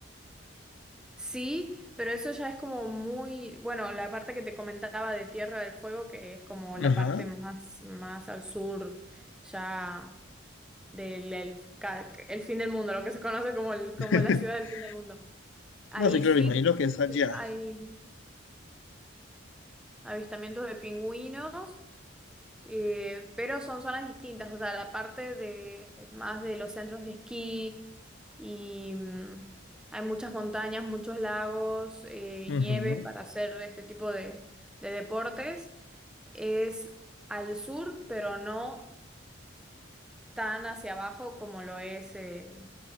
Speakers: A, in the centre; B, on the left.
A: sí, pero eso ya es como muy, bueno, la parte que te comentaba de Tierra del Fuego, que es como la
B: Ajá.
A: parte más, más al sur ya del el, ca- el fin del mundo, lo que se conoce como, el- como
B: <laughs>
A: la ciudad del fin del mundo. Ahí
B: No sé, claro,
A: sí
B: imagino que es allá.
A: eh, hay avistamientos de pingüinos. Eh, pero son zonas distintas, o sea, la parte de más de los centros de esquí y mm, hay muchas montañas, muchos lagos, eh,
B: Ujú,
A: nieves para hacer este tipo de, de deportes. Es al sur, pero no tan hacia abajo como lo es eh,